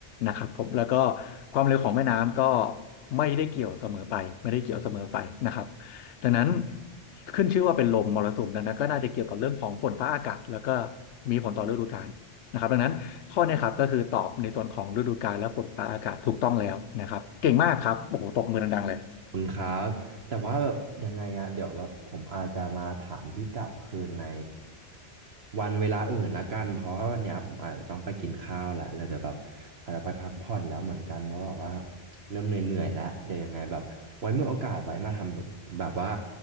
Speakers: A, on the left (about 75°); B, on the right (about 60°).
A: นะครับผมแล้วก็ความเร็วของแม่น้ำก็ไม่ได้เกี่ยวเสมอไปไม่ได้เกี่ยวเสมอไปนะครับดังนั้นขึ้นชื่อว่าเป็นลมมรสุมดังนั้นก็น่าจะเกี่ยวกับเรื่องของฝนฟ้าอากาศแล้วก็มีผลต่อฤดูกาล นะครับดังนั้นข้อเนี้ครับก็คือตอบในส่วนของฤดูกาลและฝนฟ้าอากาศถูกต้องแล้วนะครับเก่งมากครับโอ้โหตบมือดังๆเลย
B: คุณครับแต่ว่าแบบยังไงอะเดี๋ยวแบบผมอาจจะมาถามพี่กลับคืนในวันเวลาอื่นละกันเพราะว่าวันเนี้ยผมอาจจะต้องไปกินข้าวแหละแล้วเดี๋ยวแบบอาจจะไปพักผ่อนแล้วเหมือนกันเพราะแบบว่าเริ่มเหนื่อยๆแล้วเดี๋ยวยังไงแบบไว้มีโอกาสไว้มาทำแบบว่า